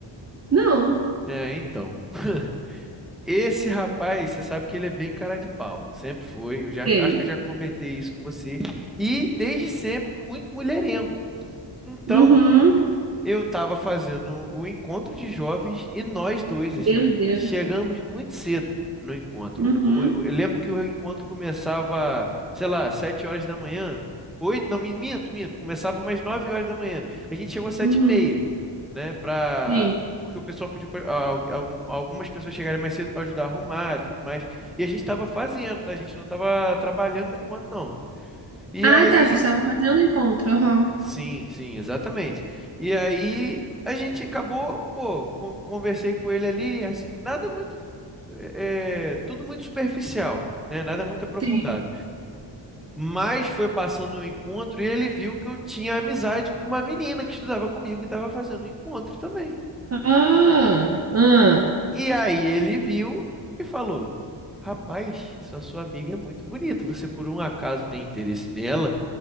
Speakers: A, on the right; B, in the centre.
A: Não,
B: É, então. <laughs> Esse rapaz, você sabe que ele é bem cara de pau, sempre foi. Eu já
A: sei.
B: acho que eu já comentei isso com você. E desde sempre muito mulherengo. Então,
A: Uhum,
B: Eu estava fazendo o encontro de jovens e nós dois, assim,
A: meu Deus.
B: chegamos muito cedo no encontro.
A: Uhum,
B: O- o- Eu lembro que o encontro começava, sei lá, sete horas da manhã, oito, não, mi- minto, minto, começava umas nove horas da manhã. A gente chegou às sete
A: uhum,
B: e meia, né, pra...
A: sim.
B: Porque o pessoal pediu para algumas pessoas chegarem mais cedo para ajudar a arrumar e tudo mais. E a gente estava fazendo, tá? A gente não estava trabalhando no encontro, não. E
A: Ah,
B: aí
A: tá, vocês estavam fazendo encontro, aham.
B: Sim, sim, exatamente. E aí a gente acabou, pô, con- conversei com ele ali, assim, nada muito, é, tudo muito superficial, né? Nada muito aprofundado.
A: Sim.
B: Mas foi passando o encontro e ele viu que eu tinha amizade com uma menina que estudava comigo e estava fazendo o encontro também.
A: Ah, ah,
B: E aí ele viu e falou: Rapaz, essa sua amiga é muito bonita. Você por um acaso tem interesse nela?